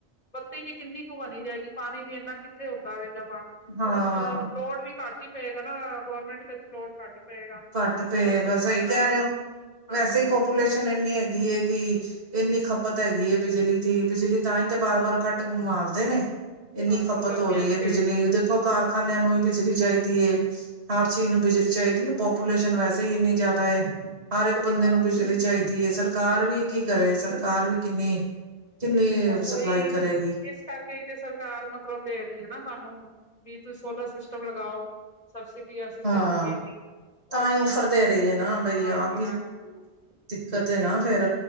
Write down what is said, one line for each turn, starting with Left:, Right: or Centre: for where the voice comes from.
Left: ਬੱਤੀ ਵੀ ਕਿੰਨੀ ਕੁ ਬਣੀ ਜਾਏਗੀ ਪਾਣੀ ਵੀ ਇੰਨਾ ਕਿੱਥੇ ਹੁੰਦਾ ਵ ਜਮਾ। ਥੋੜਾ
Right: ਹਾਂ
Left: ਸ ਲੋੜ ਵੀ ਘੱਟ ਹੀ ਪਏਗਾ ਨਾ ਗਵਰਮੈਂਟ ਤੇ ਵੀ ਲੋੜ ਘੱਟ ਪਏਗਾ।
Right: ਘੱਟ
Left: ਸੋਲਰ
Right: ਪਏਗਾ
Left: ਸਿਸਟਮ
Right: ਸਹੀ
Left: ਨਾਲ
Right: ਕਹਿ ਰਹੇ ਹੋ
Left: ਹਾਂਜੀ
Right: ਵੈਸੇ ਹੀ ਪੋਪੂਲੇਸ਼ਨ ਇੰਨੀ ਹੈਗੀ ਹੈ ਕਿ ਇੰਨੀ ਖਪਤ ਹੈਗੀ ਹੈ ਬਿਜਲੀ ਦੀ ਬਿਜਲੀ ਤਾਂ ਹੀ ਤੇ ਬਾਰ ਬਾਰ ਘੱਟ ਮਾਰਦੇ ਨੇ। ਇੰਨੀ
Left: ਹਾਂਜੀ
Right: ਖਪਤ
Left: ਗਰਮੀਆਂ
Right: ਹੋ ਰਹੀ
Left: ਚ
Right: ਹੈ
Left: ਤੇ
Right: ਬਿਜਲੀ ਕਾਰਖਾਨਿਆਂ ਨੂੰ ਵੀ ਬਿਜਲੀ ਚਾਹੀਦੀ ਹੈ। ਹਰ ਚੀਜ਼ ਨੂੰ ਬਿਜਲੀ ਚਾਹੀਦੀ ਹੈ। ਪਾਪੂਲੇਸ਼ਨ ਵੈਸੇ ਹੀ ਇੰਨੀ ਜ਼ਿਆਦਾ ਹੈ ਹਰ
Left: ਹਾਂਜੀ
Right: ਇੱਕ ਬੰਦੇ
Left: ਹਾਂਜੀ
Right: ਨੂੰ ਬਿਜਲੀ ਚਾਹੀਦੀ ਹੈ ਸਰਕਾਰ ਵੀ ਕੀ ਕਰੇ ਸਰਕਾਰ ਵੀ ਕਿੰਨੀ ਕਿੰਨੀ
Left: ਬਸ
Right: ਸਪਲਾਈ
Left: ਉਹੀ
Right: ਕਰੇਗੀ।
Left: ਇਸ ਕਰਕੇ ਤੇ ਸਰਕਾਰ ਮਤਲਬ ਦੇ ਰਹੀ ਹੈ ਨਾ ਤੁਹਾਨੂੰ ਵੀ ਤੁਸੀਂ ਸੋਲਰ ਸਿਸਟਮ ਲਗਾਓ ਸਬਸਿਡੀ ਅਸੀਂ
Right: ਹਾਂ
Left: ਦਾਂਗੇ ਇੰਨੀ
Right: ਤਾਂ
Left: ਉਹ
Right: ਹੀ ਔਫਰ ਦੇ ਰਹੀ ਹੈ ਨਾ ਬਈ
Left: ਹਾਂਜੀ
Right: ਆਪ ਵੀ
Left: ਹਾਂਜੀ
Right: ਦਿੱਕਤ
Left: ਤੇ
Right: ਨਾ ਫੇਰ